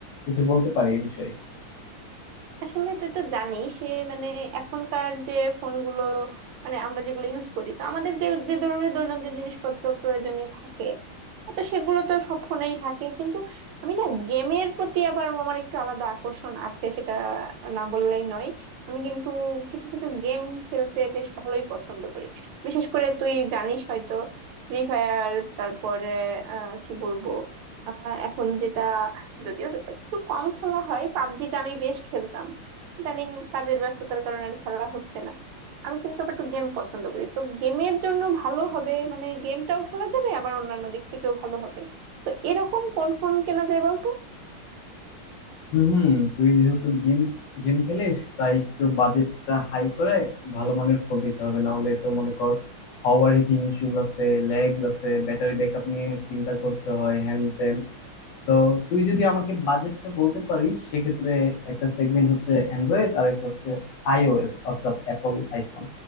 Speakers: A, on the left; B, on the right.
A: কিছু বলতে পারি এই বিষয়ে
B: আসলে তুই তো জানিস সে মানে এখনকার যে ফোনগুলো মানে আমরা যেগুলো ইউজ করি তো আমাদের যে যে ধরনের দৈনন্দিন জিনিসপত্র প্রয়োজনীয় থাকে তো সেগুলো তো সব ফোনেই থাকে কিন্তু আমি না গেমের প্রতি আবার আমার একটু আলাদা আকর্ষণ আছে সেটা না বললেই নয় আমি কিন্তু কিছু কিছু গেম খেলতে বেশ ভালোই পছন্দ করি বিশেষ করে তুই জানিস হয়তো ফ্রি ফায়ার তারপরে আহ, কি বলবো আহ, এখন যেটা যদিও একটু কম খেলা হয় পাবজিটা আমি বেশ খেলতাম ইদানিং কাজের ব্যস্ততার কারণে আর খেলা হচ্ছে না আমি কিন্তু আবার একটু গেম পছন্দ করি তো গেমের জন্য ভালো হবে মানে গেমটাও খেলা যাবে আবার অন্যান্য দিক থেকেও ভালো হবে তো এরকম কোন ফোন কেনা যায় বলতো
A: হুম তুই যেহেতু গেম গেম খেলিস তাই একটু বাজেটটা হাই করে ভালো মানের ফোন দিতে হবে না হলে তো মনে কর ওভার হিটিং ইস্যুস আছে ল্যাগ আছে ব্যাটারি ব্যাকআপ নিয়ে চিন্তা করতে হয় হ্যান ত্যান তো তুই যদি আমাকে বাজেটটা বলতে পারিস সেক্ষেত্রে একটা সেগমেন্ট হচ্ছে অ্যান্ড্রয়েড আর একটা হচ্ছে আইওএস অর্থাৎ অ্যাপল আইফোন